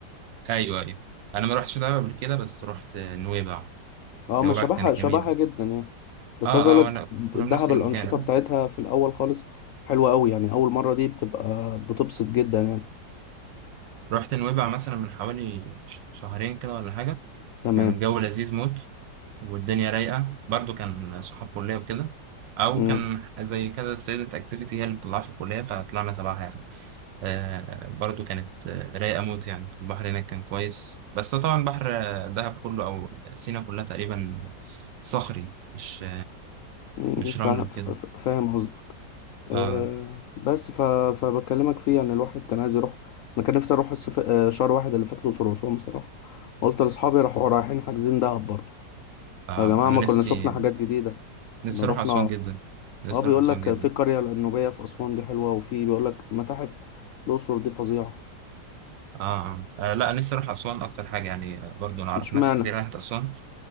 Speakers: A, on the right; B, on the left.
A: ايوه ايوه انا ما رحتش دهب قبل كده بس رحت نويبع
B: اه
A: نويبع
B: ما شبهها
A: كانت
B: شبهها
A: جميله
B: جدا يعني بس
A: اه
B: عايز اقولك
A: اه وانا
B: دهب
A: كنا في نفس المكان
B: الانشطه بتاعتها في الاول خالص حلوه قوي يعني اول مره دي بتبقى بتبسط جدا يعني
A: رحت نويبع مثلا من حوالي ش- شهرين كده ولا حاجه
B: تمام
A: كان الجو لذيذ موت والدنيا رايقه برضو كان صحاب كليه وكده او
B: امم
A: كان زي كده ستودنت اكتيفيتي هي اللي بتطلعها في الكليه فطلعنا تبعها يعني آه برضو كانت آه، رايقه موت يعني البحر هناك كان كويس بس طبعا بحر آه، دهب كله او سينا كلها تقريبا صخري مش
B: امم
A: مش
B: فا-
A: رمل وكده
B: ف- ف- فاهم قصدك أه
A: اه
B: بس ف... فبكلمك فيه يعني الواحد كان عايز يروح انا كان نفسي اروح الصف... آه، شهر واحد اللي فات الاقصر واسوان بصراحه قلت لاصحابي راحوا رايحين حاجزين دهب برضه
A: اه
B: يا جماعه
A: انا
B: ما
A: نفسي
B: كنا شفنا حاجات جديده
A: نفسي
B: كنا رحنا
A: اروح اسوان جدا نفسي
B: اه بيقول
A: اروح اسوان
B: لك
A: جدا
B: في القرية النوبية في أسوان دي حلوة وفي بيقول لك متاحف الأقصر دي فظيعة
A: آه, آه. اه لا نفسي اروح اسوان اكتر حاجه يعني آه، برضو انا اعرف
B: اشمعنى
A: ناس كتير راحت اسوان